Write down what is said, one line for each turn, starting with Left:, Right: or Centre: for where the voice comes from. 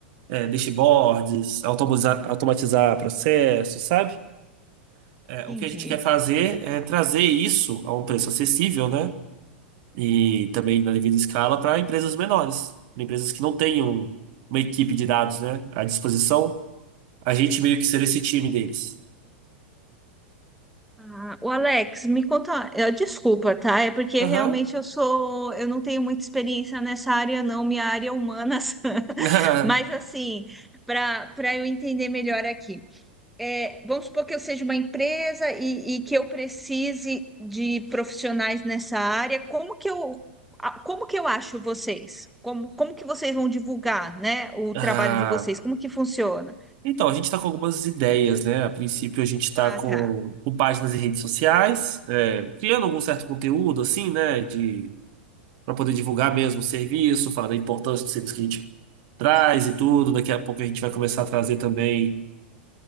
Right: é, dashboards, automatizar, automatizar processos, sabe? É,
Centre: entendi.
Right: o que a gente quer fazer é trazer isso a um preço acessível, né? e também na devida escala para empresas menores, pra empresas que não tenham uma equipe de dados, né, à disposição, a gente meio que ser esse time deles.
Centre: Ah, o Alex, me conta, eh, desculpa, tá? É porque
Right: Aham.
Centre: realmente eu sou, eu não tenho muita experiência nessa área, não, minha área é humanas. <laughs>
Right: <laughs>
Centre: Mas assim, para para eu entender melhor aqui, é, vamos supor que eu seja uma empresa e, e que eu precise de profissionais nessa área, como que eu, a- como que eu acho vocês? Como, como que vocês vão divulgar, né, o
Right: Ah,
Centre: trabalho de vocês? Como que funciona?
Right: então, a gente está com algumas ideias, né? A princípio, a gente está
Centre: Ah,
Right: com,
Centre: tá.
Right: com páginas em redes sociais, é, criando algum certo conteúdo, assim, né? De, para poder divulgar mesmo o serviço, falar da importância do serviço que a gente traz e tudo. Daqui a pouco a gente vai começar a trazer também